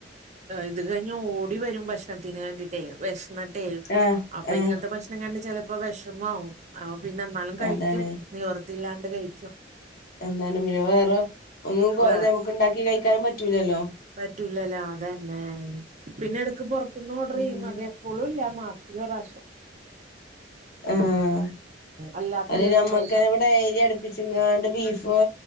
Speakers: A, on the right; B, on the left.
A: ഇത് കഴിഞ്ഞ് ഓടി വരും ഭക്ഷണത്തിന് വേണ്ടിട്ടേ വിഷന്നിട്ടെ
B: ആഹ്
A: അപ്പൊ
B: ആഹ്
A: ഇങ്ങനത്തെ ദക്ഷണം കണ്ട ചിലപ്പോ വിഷമോ ആവും അപ്പൊ പിന്നെ ന്നാലും കഴിക്കും
B: അതാണ്
A: നിവർത്തില്ലാണ്ട് കഴിക്കും
B: എന്താണ് പിന്നെ വേറെ ഒന്നും
A: വേ
B: നമുക്ക് ഉണ്ടാക്കി കഴിക്കാനും പറ്റൂലല്ലോ
A: പറ്റൂലല്ലോ അതന്നെ പിന്നെ എടക്ക് പുറ ത്ത്ന്ന് ഓർഡർ
B: ഉം
A: ചെയ്യും അത് എപ്പോഴും ഇല്ല മാസത്തില് ഒരു പ്രാവശ്യം
B: ഹ്ആഹ്
A: എല്ലാ പിള്ളേരും
B: അത് നമ്മുക്ക
A: കൂടെ
B: ഇവിടെ ഏരിയടു ച്ചിങ്ങാണ്ട് ബീഫ്